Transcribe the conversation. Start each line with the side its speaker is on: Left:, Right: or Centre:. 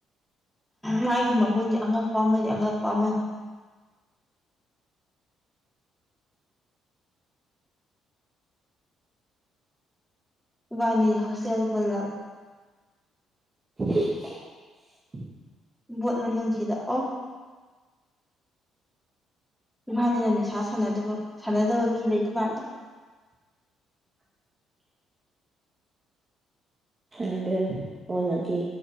Centre: ꯃꯥꯒꯤ ꯃꯒꯨꯟꯁꯦ ꯑꯉꯛꯄꯃꯦ ꯑꯉꯛꯄꯝꯃ ꯋꯥꯅꯤ ꯍꯣꯁꯦꯜꯄꯜ
Right: <unintelligible>
Centre: ꯣꯠ ꯃꯅ ꯆꯗꯥꯛ ꯑꯣ ꯏꯕꯥꯅꯤꯅ ꯅꯤꯁꯥ ꯁꯥꯟꯅꯗꯕ ꯁꯥꯟꯅꯗꯕ ꯃꯤ ꯂꯩ ꯑꯗꯨꯃꯥꯏꯗꯣ
Right: <unintelligible> ꯑꯗꯨ ꯃꯣꯏꯅꯗꯤ